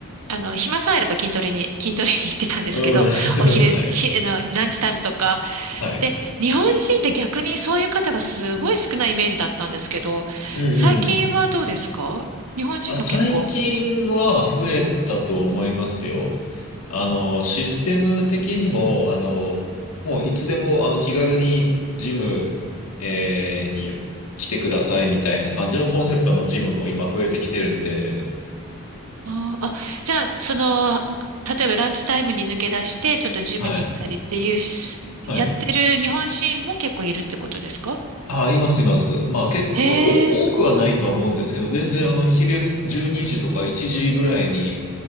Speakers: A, on the right; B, on the left.
A: あの、暇さえあれば筋トレに、筋トレに行ってたんですけど、
B: うん。<laughs>
A: お昼、
B: はい。
A: ひ、あの、ランチタイムとか。
B: はい。
A: で、日本人で逆にそういう方がすごい少ないイメージだったんですけど、
B: うんうん。
A: 最近はどうですか日本人も結構。
B: あ、最近は増えたと思いますよ。あの、システム的にも、あの、もういつでも、あの、気軽にジム、えーに来てくださいみたいな感じのコンセプトのジムも今増えてきてるんで、
A: あー、あじゃあ、その、例えばランチタイムに抜け出して、ちょっとジムに行ったりっていうし、
B: はい。
A: やってる日本人も結構いるってことですか
B: はい。あ、います、います。まあ結構、
A: へえ。
B: その、お、多くはないとは思うんですけど、全然、あの、昼休、12時とか1時ぐらいに、